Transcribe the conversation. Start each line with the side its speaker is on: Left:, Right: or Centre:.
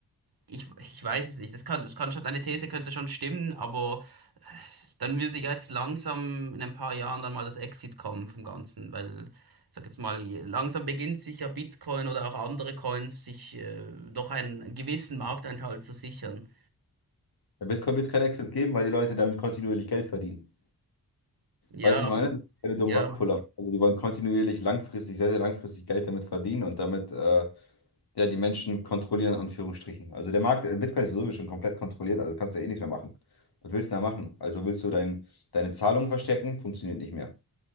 Right: ich, ich weiß es nicht. Das kann, das kann schon, deine These könnte schon stimmen, aber dann würde ja jetzt langsam in ein paar Jahren dann mal das Exit kommen vom Ganzen, weil, ich sag jetzt mal, langsam beginnt sich ja Bitcoin oder auch andere Coins sich äh, doch einen gewissen Markteinteil zu sichern.
Left: Bei Bitcoin wird es keinen Exit geben, weil die Leute damit kontinuierlich Geld verdienen.
Right: Ja,
Left: Weißt du, ich
Right: aber
Left: meine,
Right: die-
Left: das sind keine dummen
Right: ja,
Left: Rugpuller. Also die wollen kontinuierlich langfristig, sehr, sehr langfristig Geld damit verdienen und damit äh, ja, die Menschen kontrollieren, in Anführungsstrichen. Also der Markt, äh, Bitcoin ist sowieso schon komplett kontrolliert, also kannst du ja eh nichts mehr machen. Was willst du da machen? Also willst du dein, deine Zahlung verstecken? Funktioniert nicht mehr.